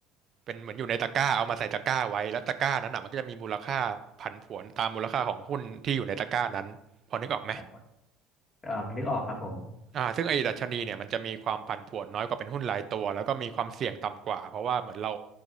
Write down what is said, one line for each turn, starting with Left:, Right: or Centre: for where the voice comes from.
Right: เป็นเหมือนอยู่ในตะกร้าเอามาใส่ตะกร้าไว้แล้วตะกร้านั้นอ่ะมันก็จะมีมูลค่าผันผวนตามมูลค่าของหุ้นที่อยู่ในตะกร้านั้น พอนึกออกไหม
Left: ครับ เออนึกออกครับผม
Right: อ่าซึ่งไอ้ดัชนีเนี่ยมันจะมีความผันผวนน้อยกว่าเป็นหุ้นรายตัวแล้วก็มีความเสี่ยงต่ำกว่า เพราะว่าเหมือนเรา